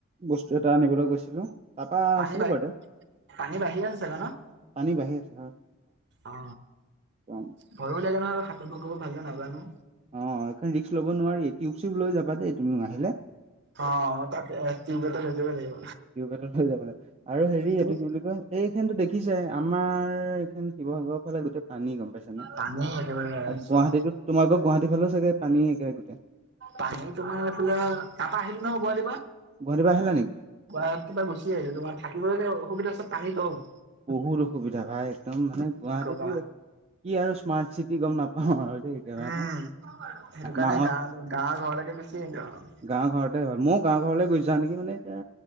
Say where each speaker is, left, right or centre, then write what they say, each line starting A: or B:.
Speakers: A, on the right; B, on the right.
A: বস্তু এটা আনিবলৈ গৈছিলোঁ। তাৰপা
B: পানী
A: আছিলোঁ
B: বাঢ়ি,
A: বাৰুতে
B: পানী বাঢ়ি আছে চাগে ন'?
A: পানী বাঢ়ি আছে হয়।
B: অ
A: একদম
B: ভয়ো লাগে নহয় সাতুৰিব কৰিব ভালকে নাজানো।
A: অ একে ৰিস্ক লব নোৱাৰি, টিউব চিউব লৈ যাবা দেই, তুমিও আহিলে।
B: অ তাকে টিউব এটা লৈ যাব লাগিব।
A: টিউব এটা লৈ যাব লাগিব আৰু হেৰি
B: তুমি
A: এইটো কি বুলি কয়। এই খেনতো দেখিছাই, আমাৰ এইখন শিৱসাগৰৰ ফালে গোটেই পানী, গম পাইছা নে
B: পানী একেবাৰে
A: আৰু
B: চব
A: গুৱাহাটীত তোমালোকৰ গুৱাহাটীৰ ফালেও চাগে পানী একে গোটেই?
B: পানী তোমাৰ এইফালে, তাপা আহিলো নহয় গুৱাহাটী পা।
A: গুৱাহাটীৰ পা আহিলা নি?
B: গুৱাহাটী পা গুচি আহিলো, তোমাৰ থাকিব যে অসুবিধা হৈছে পানী তল।
A: বহুত অসুবিধা ভাই, একদম মানে
B: কি
A: গুৱাহাটীতো।
B: কবা।
A: কি আৰু স্মাৰ্ট চিটি গম নাপাওঁ আৰু দেই। একেবাৰে
B: উম'
A: না
B: সেইটো কাৰণে
A: নামত
B: গাঁৱ গাঁৱৰ ঘৰলৈকে গুচি আহিলো আৰু।
A: গাওঁ ঘৰতে ভাল, মইও গাওঁ ঘৰলে গুচি যাওঁ নেকি মানে। এতিয়া